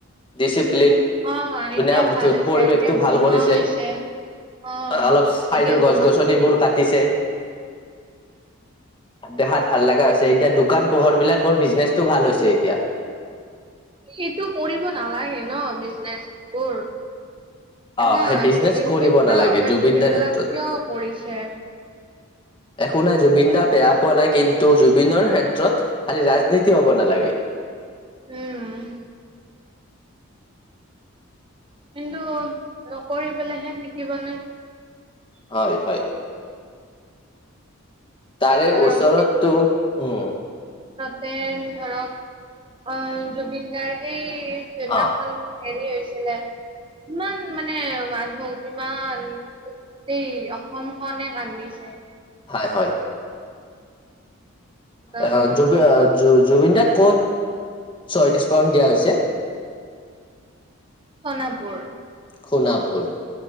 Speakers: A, on the left; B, on the right.
A: দিছিপ্লিন প্লিন,
B: অ
A: ধুনীয়া
B: এতিয়া ভাল হৈছে
A: পৰিৱেশটো
B: এতিয়া
A: ভাল
B: বনোৱাও
A: কৰিছে।
B: হৈছে অ
A: অলপ চাইডৰ
B: এতিয়া
A: গছ-গছনিবোৰ
B: বহুত খিনি উম
A: কাটিছে, দেখাত ভাল লগা হৈছে, এতিয়া দোকান-পোহাৰবিলাকৰ বিজনেচটো ভাল হৈছে এতিয়া।
B: সেইটো কৰিব নালাগে ন? বিজনেছবোৰ।
A: অ
B: এটা
A: সেই বিজনেচ
B: জুবিনক্ষেত্ৰ,
A: কৰিব নালাগে
B: বাট
A: জুবিন
B: সেইবিলাক
A: দাৰ ক্ষেত্ৰত
B: কিয় কৰিছে?
A: একো নাই জুবিন দা বেয়া পোৱা নাই, কিন্তু জুবিনৰ ক্ষেত্ৰত খালি ৰাজনীতি হ'ব নালাগে।
B: উম। কিন্তু নকৰি পেলাইহে থাকিবনে?
A: হয় হয়। তাৰে
B: ধৰক
A: ওচৰতো, উম।
B: তেন ধৰক, অ' জুবিন গাৰ্গ এই সিদিনাখন।
A: অ
B: হেৰি হৈছিলে, কিমান মানে মানুহ! কিমান গোটেই অসমখনে কান্দিছে।
A: হয় হয়।
B: অ
A: আ জুবি-জুবিন
B: উম
A: দাক ক'ত ছহিদ স্মৰণ দিয়া হৈছে?
B: সোণাপুৰ।
A: সোণাপুৰ।